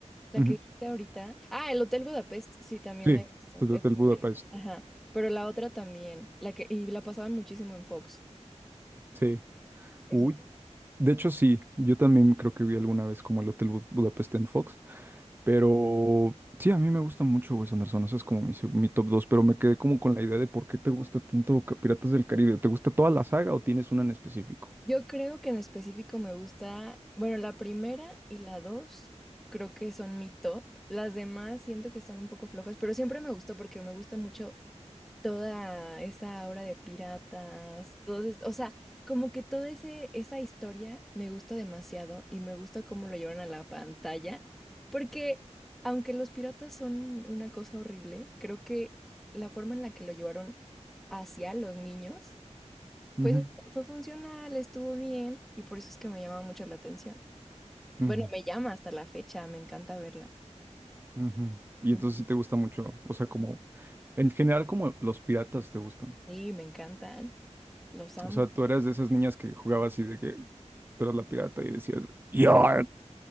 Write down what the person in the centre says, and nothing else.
la
que dijiste ahorita. Ah, el Hotel Budapest, sí, también
la he visto,
es
muy
buena. Ajá, pero la otra también, la que, y la pasaban muchísimo en Fox.
esa
también.
Yo creo que en específico me gusta, bueno, la primera y la dos creo que son mi top. Las demás siento que están un poco flojas, pero siempre me gustó porque me gusta mucho toda esa aura de piratas, todos, est- o sea, como que toda ese, esa historia me gusta demasiado y me gusta cómo lo llevan a la pantalla, porque aunque los piratas son una cosa horrible, creo que la forma en la que lo llevaron hacia los niños,
pues est- fue funcional, estuvo bien y por eso es que me llama mucho la atención.
Bueno, me llama hasta la fecha, me encanta verla.
Ujú.
Sí, me encantan, los amo.
Bueno,